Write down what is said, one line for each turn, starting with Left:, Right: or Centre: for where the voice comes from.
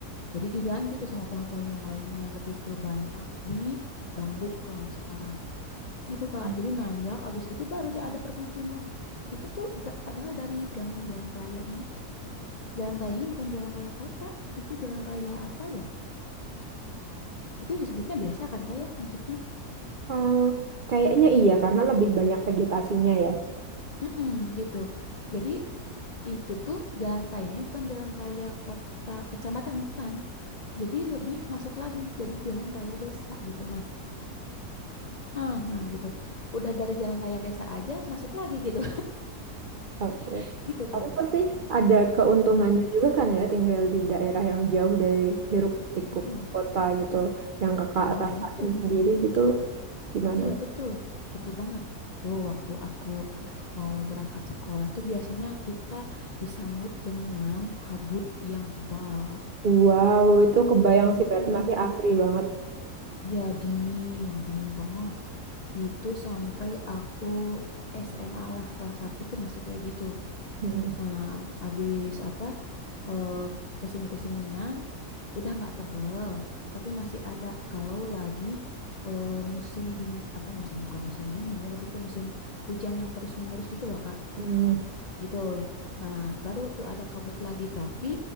Left: Jadi diganti tuh sama pohon-pohon yang lainnya lebih ke banyak di bambu kalau sekarang. Gitu Kak.
Right: Hmm.
Left: Jadi nanjak abis gitu baru deh ada permukiman. Itu tuh da- padahal dari gang jalan rayanya. Jalan rayanya bukan jalan raya kota, itu jalan raya apa ya? Itu disebutnya desa kan Kak ya masuknya?
Right: Eh, kayaknya iya, karena lebih banyak vegetasinya ya.
Left: Mm-mm, gitu. Jadi itu tuh jalan rayanya bukan jalan raya kota kecamatan bukan. Jadi lebih masuk lagi jadi jalan raya desa gitu. Nah, eh, nah gitu. Udah dari jalan raya desa aja masuk lagi gitu.
Right: Oke.
Left: <laughs> Gitu Kak.
Right: Tapi pasti ada keuntungannya
Left: Mm-mm,
Right: juga kan ya, tinggal di daerah yang jauh dari hiruk pikuk
Left: mm-mm.
Right: kota gitu, yang kakak
Left: Nah,
Right: rasain
Left: itu.
Right: sendiri gitu, gimana?
Left: Iya, betul. Betul banget. Tuh waktu aku mau berangkat sekolah tuh biasanya kita disambut dengan kabut yang tebal, Kak.
Right: Wow, itu kebayang
Left: Mm-mm.
Right: sih berarti masih asri banget.
Left: Ya, dingin, dingin banget. Itu sampai aku SMA lah, kelas satu tuh masih kayak gitu.
Right: Mm-mm.
Left: Nah, habis apa, eh, kesini-kesininya udah nggak tebel, tapi masih ada kalau lagi eh, musim ding, apa musim, bukan musim dingin ya, lebih ke musim hujan yang terus-menerus gitu loh, Kak
Right: Mm.
Left: gitu. Nah, baru tuh ada kabut lagi, tapi